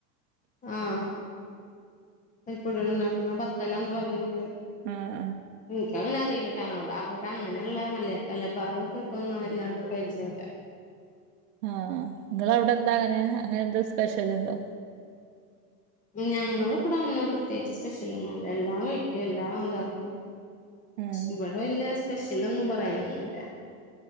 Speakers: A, on the left; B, on the right.
A: ആഹ അപ്പൊഴ ഉണ്ടാക്കണം പത്തല്ലന്ന് പറഞ്ഞല്ല
B: ആഹ്
A: എനിക്ക അങ്ങനെ അറിയില്ല അവിടെ അങ്ങനെയുള്ള മല്ല മലബാർ ഫുഡ ഒന്നും വല്ലാണ്ട് പരിചയമല്ല
B: ആഹ നിങ്ങ അവിടെ എന്താ അങ്ങനെ അങ്ങനെ എന്താ സ്പെഷ്യൽുണ്ടോ
A: ഞങ്ങ ഇടെ അങ്ങനെ പ്രത്യേകിച്ച് സ്പെഷ്യൽ ഒന്നുംല്ല എല്ലാം കഴിക്കും എല്ലാം ഇതാവ
B: ആഹ്
A: ഇവിട ഇല്ല സ്പെഷ്യൽൊന്നും പറയാനൊന്നുമല്ല